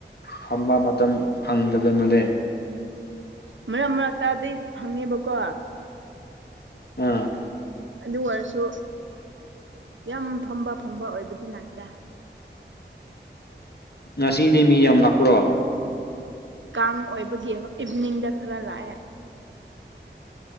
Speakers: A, on the left; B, on the right.
A: ꯐꯝꯕ ꯃꯇꯝ ꯐꯪꯗꯕ ꯃꯥꯜꯂꯦ
B: ꯃꯔꯛ ꯃꯔꯛꯇꯗꯤ ꯐꯪꯉꯦꯕꯀꯣ
A: ꯑꯥ
B: ꯑꯗꯨ ꯑꯣꯏꯔꯁꯨ ꯌꯥꯝ ꯐꯝꯕ ꯐꯪꯕ ꯑꯣꯏꯕꯗꯤ ꯅꯠꯇꯦ
A: ꯉꯁꯤꯗꯤ ꯃꯤ ꯌꯥꯝ ꯂꯥꯛꯄ꯭ꯔꯣ
B: ꯀꯥꯡ ꯑꯣꯏꯕꯒꯤ ꯍꯣ ꯏꯚꯤꯅꯤꯡꯗ ꯈꯔ ꯂꯥꯛꯑꯦ